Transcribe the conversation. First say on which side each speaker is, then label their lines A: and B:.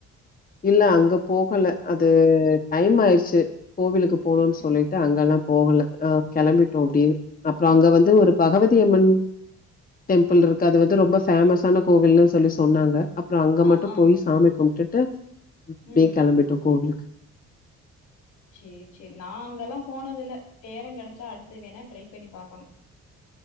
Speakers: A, on the left; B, on the left.
A: இல்ல அங்க போகல அது டைம் ஆய்ர்ச்சு கோவிலுக்கு போணும்னு
B: ம், ம்.
A: சொல்லி அங்கலா போகல அ கிளம்பிட்டோ அப்டியே அப்ற அங்க வந்து ஒரு பகவதியம்மன் டெம்பிள் இருக்கு அது வந்து ரொம்ப ஃபேமஸான கோவில்னு சொல்லி சொன்னாங்க அப்றோ அங்க
B: ஆ,
A: மட்டு
B: ஆ.
A: போயி சாமி கும்ப்டுட்டு அப்டி
B: ம்.
A: கெளம்பிட்டோ கோவிலுக்கு
B: சேரி சேரி நா அங்கல்லா போனதில்ல நேரங் கிடச்சா அடுத்து வேணா ட்ரை பண்ணி பாக்கனு